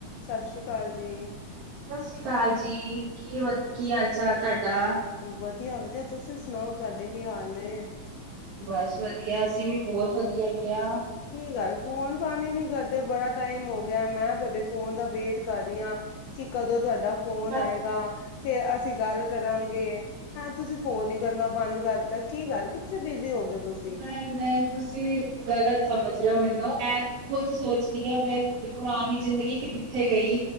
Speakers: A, on the left; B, on the right.
A: ਸਤਿ ਸ਼੍ਰੀ ਅਕਾਲ ਜੀ।
B: ਸਤਿ ਸ੍ਰੀ ਅਕਾਲ ਜੀ ਕੀ ਵ ਕੀ ਹਾਲ ਚਾਲ ਤੁਹਾਡਾ।
A: ਵਧੀਆਂ- ਵਧੀਆਂ, ਤੁਸੀਂ ਸੁਣਾਓ ਤੁਹਾਡੇ ਕੀ ਹਾਲ ਨੇ।
B: ਬਸ ਵਧੀਆਂ ਅਸੀਂ ਵੀ ਬਹੁਤ ਵਧੀਆਂ ਹੈਗੇ ਆ।
A: ਕੀ ਗੱਲ਼ ਫੋਨ -ਫਾਨ ਹੀ ਨੀ ਕਰਦੇ ਬੜਾ ਟਾਈਮ ਹੋ ਗਿਆ, ਮੈਂ ਤੁਹਾਡੇ ਫ਼ੋਨ ਦਾ ਵੇਟ ਕਰ ਰਹੀ ਹਾਂ ਕਿ ਕਦੋਂ ਤੁਹਾਡਾ ਫ਼ੋਨ
B: ਬਸ
A: ਆਏਂਗਾ, ਫ਼ੇਰ ਅਸੀਂ ਗੱਲ ਕਰਾਂਗੇ। ਹੈਂ ਤੁਸੀਂ ਫ਼ੋਨ ਹੀ ਕਰਨਾਂ ਬੰਦ ਕਰਤਾ, ਕੀ ਗੱਲ ਕਿੱਥੇ ਬਿਜੀ ਹੋ ਗਏ ਹੋ ਤੁਸੀਂ।
B: ਨਹੀਂ- ਨਹੀਂ ਤੁਸੀਂ ਗਲਤ ਸਮਝ ਰਹੇਂ ਹੋ ਮੈਂਨੂੰ ਮੈਂ ਖੁਦ ਸੋਚਦੀ ਹਾਂ, ਮੈਂ ਪੁਰਾਣੀ ਜ਼ਿੰਦਗੀ ਕਿੱਥੇ ਗਈ